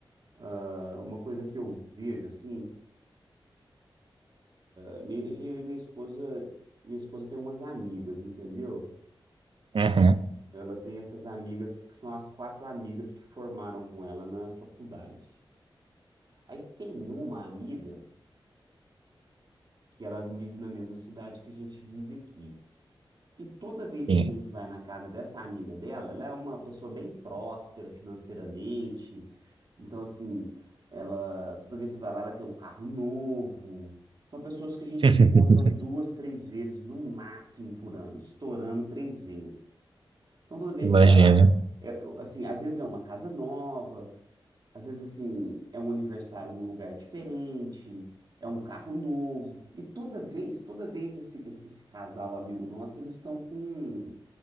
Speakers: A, on the right (about 50°); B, on the right (about 70°).
A: ah, uma coisa que eu vejo assim, ah, minha, eu e minha esposa, minha esposa tem umas amigas, entendeu?
B: Uhum,
A: Ela tem essas amigas que são as quatro amigas que formaram com ela na faculdade. Aí tem uma amiga que ela vive na mesma cidade que a gente vive aqui. E toda vez
B: sim.
A: que a gente vai na casa dessa amiga dela, ela é uma pessoa bem próspera financeiramente. Então, assim, ela, toda vez que você vai lá, ela tem um carro novo. São pessoas que a gente
B: <laughs>
A: encontra duas, três vezes no máximo por ano, estourando três vezes. Então, toda vez
B: Imagina.
A: que você vai lá, é- é- assim, às vezes é uma casa nova, às vezes, assim, é um aniversário num lugar diferente, é um carro novo. E toda vez, toda vez esse, esse, esse casal amigo nosso, eles estão com,